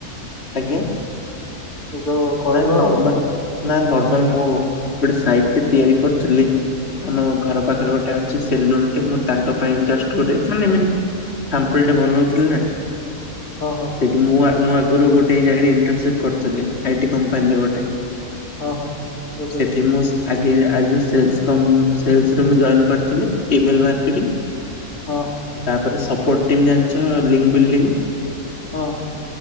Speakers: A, on the left; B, on the left.
A: ଆଜ୍ଞା।
B: ଏ ଯୋଉ କହିଲ
A: ନା ନର୍ମାଲ
B: ନା-
A: ନା ନର୍ମାଲ ମୁଁ ଗୋଟେ ସାଇଟ ତିଆରି କରୁଥିଲି ଆମ ଘର ପାଖରେ ଗୋଟେ ଅଛି ସେଲୁନ ଟେ ମୁଁ ତାଙ୍କ ପାଇଁ ଜଷ୍ଟ ଗୋଟେ ମାନେ ଏମିତି ସାମ୍ପଲ ଟେ ବନଉଥିଲେ ନା
B: ହଁ ହଁ।
A: ସେଠୁ ମୁଁ ଆ ମୁଁ ଆଗରୁ ଗୋଟେ ଜାଗାରେ ଇଂଟରସିପ କରୁଥିଲି। ଆଇ ଟୀ କମ୍ପାନୀରେ ଗୋଟେ।
B: ହଁ ହଁ। ବୁଝିଲି
A: ସେଠି ମୁଁ ଆଗେ ଆଇଯେ ସେଲସ କମ୍ପ ସେଲସରେ ମୁଁ ଜଏନ କରିଥିଲି। Email marketing.
B: ହଁ।
A: ତାପରେ ସପୋଟିମ୍ ଜାଣିଛ ଲିଙ୍ଗ ବିଲଡିଙ୍ଗ?
B: ହଁ।